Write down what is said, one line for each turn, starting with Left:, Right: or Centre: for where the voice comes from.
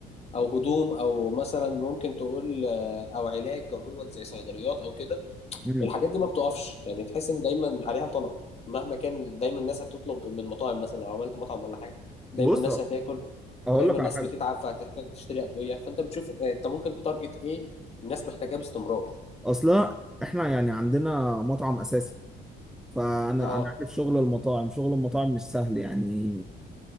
Left: او هدوم او مثلا ممكن تقول آه، او علاج عموما زي صيدليات او كده
Centre: مم.
Left: الحاجات دي ما بتقفش يعني تحس ان دايما عليها طلب مهما كان دايما الناس هتطلب من مطاعم مثلا لو عملت مطعم ولا حاجه دايما
Centre: بص
Left: الناس هتاكل
Centre: اقول
Left: ودايما
Centre: لك
Left: الناس
Centre: على حاجه
Left: بتتعب فهتحتاج تشتري ادويه فانت بتشوف آه، انت ممكن تتارجت ايه الناس محتاجاه باستمرار
Centre: اصلا احنا يعني عندنا مطعم اساسا فانا
Left: اه
Centre: انا عارف شغل المطاعم شغل المطاعم مش سهل يعني